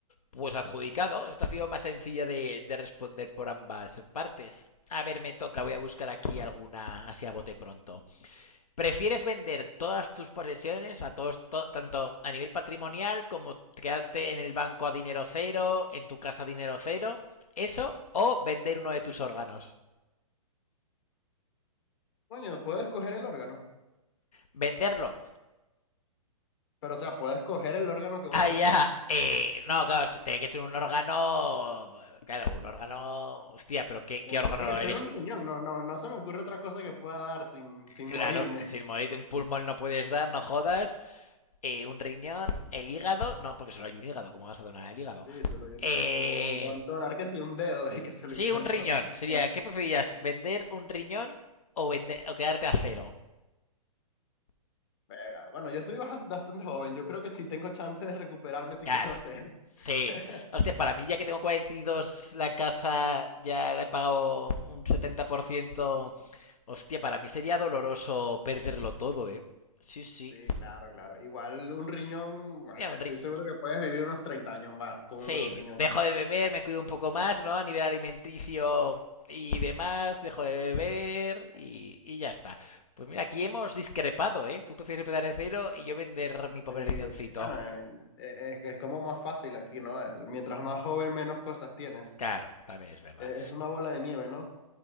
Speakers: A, on the left; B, on the left.
A: Pues adjudicado. Esta ha sido más sencilla de, de responder por ambas partes. A ver, me toca, voy a buscar aquí alguna así a bote pronto. ¿Prefieres vender todas tus posesiones, a todos, to- tanto a nivel patrimonial como quedarte en el banco a dinero cero, en tu casa a dinero cero? ¿Eso o vender uno de tus órganos?
B: Coño, puedo escoger el órgano,
A: Venderlo.
B: pero o sea, puedo escoger el órgano que voy
A: Ah,
B: a vender.
A: ya. Eh, no, claro, si tiene que ser un órgano. Claro, un órgano. Hostia, pero ¿qué,
B: Tien-
A: qué órgano
B: Tiene que
A: elige?
B: ser un riñón, no, no, no se me ocurre otra cosa que pueda dar sin, sin
A: Claro,
B: morirme.
A: sin morirte un pulmón no puedes dar, no jodas. Eh, un riñón, el hígado. No, porque solo hay un hígado, ¿cómo vas a donar el hígado?
B: Sí, solo hay un
A: Eh,
B: hígado. O, o donar que sí un dedo y que se
A: sí,
B: lo implante
A: un riñón.
B: a otra persona.
A: Sería, ¿qué preferirías? ¿Vender un riñón o, vender, o quedarte a cero?
B: Pega. Bueno, yo estoy baja- bastante joven, yo creo que sí tengo chance de recuperarme si
A: Claro.
B: quedo cero.
A: Sí.
B: <laughs>
A: Hostia, para mí ya que tengo 42, la casa ya le he pagado un 70%. Hostia, para mí sería doloroso perderlo todo, ¿eh? Sí, sí.
B: Sí, claro, claro. Igual un riñón, bueno,
A: Mira,
B: estoy
A: un ri-
B: seguro que puedes vivir unos 30 años más con
A: Sí,
B: un solo riñón.
A: dejo de beber, me cuido un poco más, ¿no? A nivel alimenticio y demás, dejo de beber y, y ya está. Pues mira, aquí hemos discrepado, ¿eh? Tú prefieres empezar de cero y yo vender mi pobre
B: Sí,
A: riñoncito.
B: sí, bueno, eh, eh, es, es como más fácil aquí, ¿no? El- Mientras más joven, menos cosas tienes.
A: Claro, también es verdad.
B: E- Es una bola de nieve, ¿no?